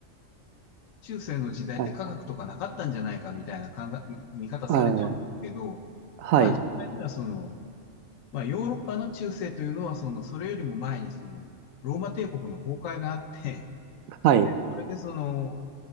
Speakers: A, on the left (about 80°); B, on the right (about 80°).
A: 中世の時代って科学とかなかったんじゃないかみたいな考え見方されちゃうんですけど、
B: はい。はい。はい。
A: まあ実際にはその、まあヨーロッパの中世というのはその、それよりも前にその、ローマ帝国の崩壊があって、
B: はい。
A: で、それでその、